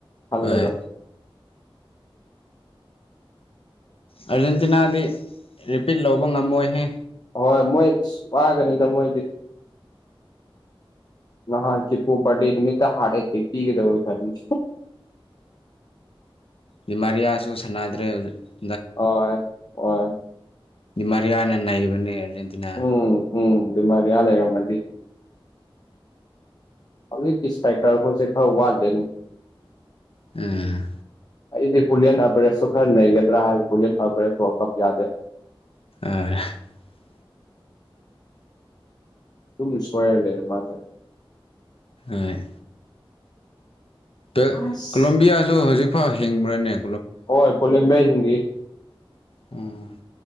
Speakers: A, on the left; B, on the left.
A: ꯈꯜꯂꯒ
B: ꯍꯣꯏ ꯑꯥꯔꯖꯦꯟꯇꯤꯅꯥꯗꯤ ꯔꯤꯄꯤꯠ ꯂꯧꯕ ꯉꯝꯃꯣꯏꯍꯦ
A: ꯍꯣꯏ ꯃꯣꯏ ꯑꯁ ꯋꯥꯒꯅꯤꯗ ꯃꯣꯏꯗꯤ
B: <inaudible>
A: ꯂꯍꯥꯟ ꯀꯤꯄꯣ ꯕꯔꯠꯗꯦ ꯅꯨꯃꯤꯠꯇ ꯍꯥꯔꯠ ꯑꯦꯇꯦꯛ ꯄꯤꯒꯦ ꯇꯧꯋꯦ ꯕ꯭ꯔꯖꯤꯜ
B: ꯗꯤꯃꯥꯔꯤꯌꯥꯁꯨ ꯁꯅꯥꯗ꯭ꯔꯦ ꯍꯧꯖꯤꯛ
A: ꯍꯣꯢ ꯍꯣꯢ
B: ꯗꯤꯃꯥꯔꯤꯌꯥꯅ ꯅꯩꯕꯅꯤ ꯑꯔꯖꯦꯟꯇꯤꯅꯥ
A: ꯎꯝ ꯎꯝ ꯗꯤꯃꯥꯔꯤꯌꯥ ꯂꯩꯔꯝꯃꯗꯤ ꯍꯧꯖꯤꯛ ꯀꯤ ꯁꯇ꯭ꯔꯥꯢꯀꯔ ꯈꯣꯢꯁꯦ ꯈꯔ ꯋꯥꯠꯂꯦꯅꯦ
B: ꯎꯝ
A: ꯑꯩꯗꯤ ꯍꯨꯂꯤꯌꯟ ꯑꯕꯔꯦꯁꯁꯨ ꯈꯔ ꯅꯩꯒꯗ꯭ꯔꯥ ꯍꯥꯏꯔ ꯍꯨꯂꯤꯌꯟ ꯑꯕꯔꯦꯁ ꯋꯥꯔꯜ ꯀꯞ ꯌꯥꯗꯦ
B: ꯑ
A: ꯑꯗꯨꯝ ꯁꯣꯢꯔ ꯂꯩꯔꯦ ꯃꯥꯖꯦ
B: ꯍꯣꯢ ꯗ
A: ꯑꯁ
B: ꯀꯣꯂꯣꯝꯕꯤꯌꯥꯁꯨ ꯍꯧꯖꯤꯛꯐꯥꯎ ꯍꯤꯡꯕ꯭ꯔꯥꯅꯦ
A: ꯍꯣꯢ ꯀꯣꯂꯦꯝꯕ꯭ꯌꯥ ꯍꯤꯡꯂꯤ
B: ꯎꯝ